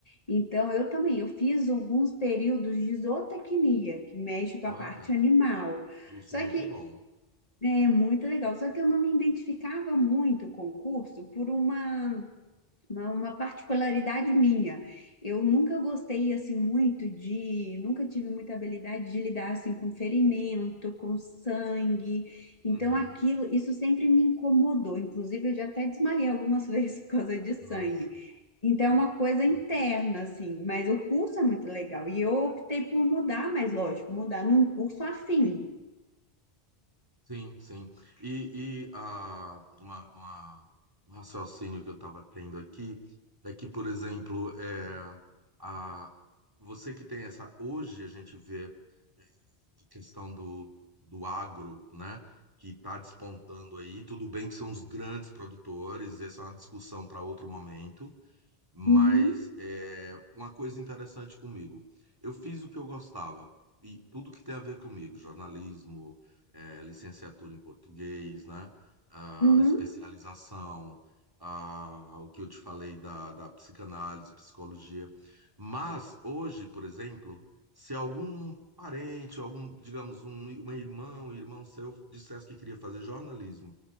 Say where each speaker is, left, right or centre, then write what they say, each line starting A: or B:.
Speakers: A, on the left; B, on the right.
A: Então, eu também, eu fiz alguns períodos de zootecnia, que mexe com
B: Olha,
A: a parte animal.
B: curso
A: Só
B: muito
A: que
B: bom.
A: é muito legal, só que eu não me identificava muito com o curso por uma, uma, uma particularidade minha. Eu nunca gostei assim muito de, nunca tive muita habilidade de lidar assim com ferimento, com sangue. Então
B: Uhum,
A: aquilo, isso sempre me incomodou. Inclusive eu já até desmaiei algumas <laughs> vezes por causa de sangue.
B: nossa,
A: Então é
B: é,
A: uma coisa interna
B: acontece.
A: assim, mas o curso é muito legal e eu optei por mudar, mas lógico, mudar num curso afim.
B: Sim, sim. E, e ah, uma, uma- um raciocínio que eu estava tendo aqui é que, por exemplo, é, a, você que tem essa. Hoje a gente vê é, a questão do, do agro, né? Que está despontando aí. Tudo bem que são os grandes produtores, essa é uma discussão para outro momento, mas
A: Uhum.
B: é, uma coisa interessante comigo, eu fiz o que eu gostava e tudo que tem a ver comigo, jornalismo, é, licenciatura em português, né? Ah,
A: Uhum.
B: especialização, ah, o que eu te falei da, da psicanálise, psicologia. Mas hoje, por exemplo, se algum parente, algum, digamos, um, um irmão, um irmão seu dissesse que queria fazer jornalismo